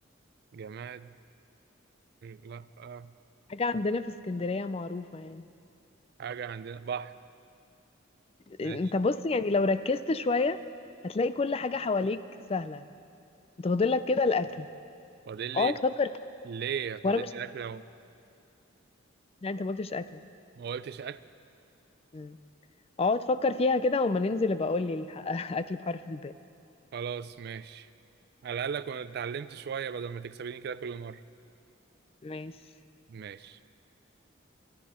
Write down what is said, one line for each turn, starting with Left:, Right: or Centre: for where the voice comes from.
Right: جماد لا آه
Left: حاجة عندنا في اسكندرية معروفة يعني
Right: حاجة عندنا بحر ماشي
Left: انت بص يعني لو ركزت شوية هتلاقي كل حاجة حواليك سهلة انت فاضل لك كده الاكل
Right: فاضل لي
Left: اقعد فكر كده
Right: ليه فاضل
Left: وانا مش
Right: لي
Left: ه-
Right: اكل لو
Left: يعني انت ما قلتش اكلة
Right: ما قلتش اكل
Left: مم. اقعد فكر فيها كده وما ننزل ابقى اقول لي الح- <laughs> اكل بحرف الباء
Right: خلاص ماشي على الاقل كنت اتعلمت شوية بدل ما تكسبيني كده كل مرة
Left: ماشي
Right: ماشي